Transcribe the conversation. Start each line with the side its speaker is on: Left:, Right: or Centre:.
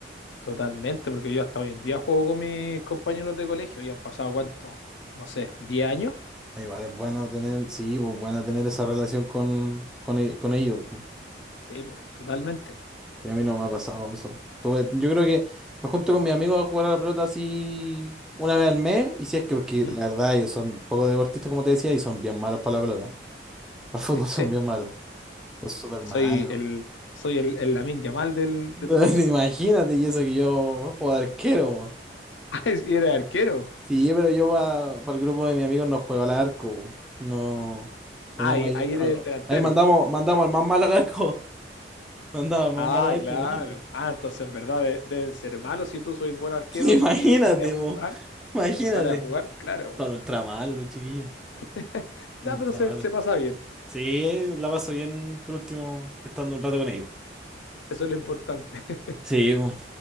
Left: totalmente, porque yo hasta hoy en día juego con mis compañeros de colegio y han pasado cuánto, no sé, 10 años.
Centre: Igual es bueno tener, sí, pues bueno tener esa relación con, con, e- con ellos.
Left: Sí, pues, totalmente.
Centre: Sí, a mí no me ha pasado eso. Tuve- yo creo que me junto con mis amigos a jugar a la pelota así una vez al mes, y si es que, porque
Left: ¿Mm?
Centre: la verdad ellos son poco deportistas, como te decía, y son bien malos para la pelota. <laughs> Al fútbol
Left: ¿Viste?
Centre: son bien malos, son súper malos.
Left: Soy el, soy el, el Lamine Yamal del,
Centre: <laughs> Imagínate,
Left: de tu curso. <laughs>
Centre: y eso que yo juego de arquero. po.
Left: Ah, y eres arquero.
Centre: Sí, pero yo pa- para el grupo de mis amigos no juego al arco. po. No, tenemos
Left: Ah, y
Centre: ahí.
Left: ahí eres
Centre: no,
Left: el delantero.
Centre: Ahí mandamos, mandamos al más malo al arco. <laughs> Mandamos al más
Left: Ah,
Centre: malo al arco,
Left: claro.
Centre: imagínate.
Left: Ah, entonces en verdad de- deben ser malos si tú sois buen arquero
Centre: <laughs> Imagínate,
Left: y, y sales a jugar.
Centre: po. Imagínate.
Left: Y sales a jugar, claro. po.
Centre: Son ultra malos los chiquillos.
Left: <laughs> Ya,
Centre: Son ultra
Left: pero se,
Centre: malos.
Left: se pasa bien.
Centre: Sí, la paso bien por último estando un rato con ellos.
Left: Eso es lo importante. <laughs>
Centre: Sí, po.